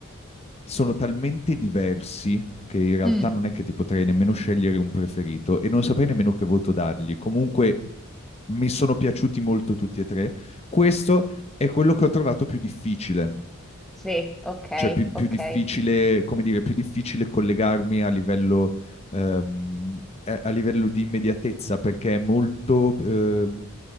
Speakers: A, on the left; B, in the centre.
A: sono talmente diversi che in realtà
B: Mm,
A: non è che ti potrei nemmeno scegliere un preferito e non saprei nemmeno che voto dargli. Comunque mi sono piaciuti molto tutti e tre. Questo è quello che ho trovato più difficile,
B: Sì, ok,
A: cioè più,
B: ok.
A: più difficile, come dire, più difficile collegarmi a livello, ehm, eh, a livello di immediatezza perché è molto... ehm,